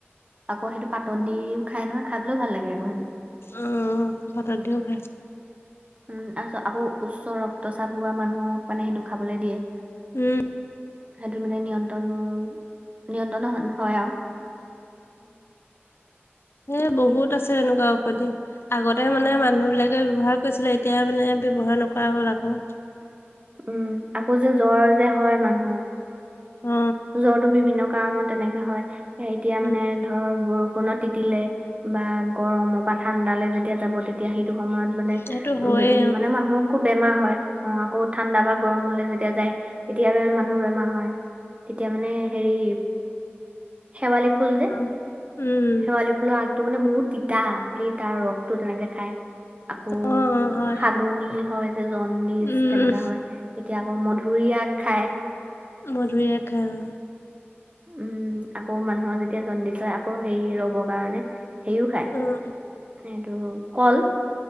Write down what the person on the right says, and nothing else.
আকৌ সেইটো পাত দিও খাই নহয় খাবলৈও ভাল লাগে আকৌ সেইটো।
উম তাৰপিছত আকৌ উচ্চ ৰক্তচাপ হোৱা মানুহক মানে সেইটো খাবলৈ দিয়ে।
সেইটো মানে নিয়ন্ত্ৰণ নিয়ন্ত্ৰণো হয় আৰু <inaudible>
উম আকৌ যে জ্বৰ যে হয় মানুহ।
জ্বৰটো বিভিন্ন কাৰণত তেনেকে হয় এতিয়া
মানে ধৰ বৰষুণত তিতিলে। বা গৰমৰ বা ঠাণ্ডালে যেতিয়া যাব তেতিয়া সেইটো সময়ত মানে।
উ
যদি মানে মানুহৰ খুব বেমাৰ হয়। অ আকৌ ঠাণ্ডা বা গৰম হলে যেতিয়া যায় তেতিয়া মানুহৰ বেমাৰ হয়। তেতিয়া মানে হেৰি শেৱালি ফুল যে
শেৱালি, ফুল আগটো মানে বহুত তিতা সেই তাৰ ৰস টো তেনেকে খাই। আকৌ
হাগনি হয় যে জন, ইচ
তেনেকা হয় তেতিয়া আকৌ মধুৰি আগ খায়।
উম আকৌ মানুহৰ যেতিয়া জণ্ডিছ হয় আকৌ হেৰি ৰবৰ কাৰণে। হেও খায়
এইটো কল,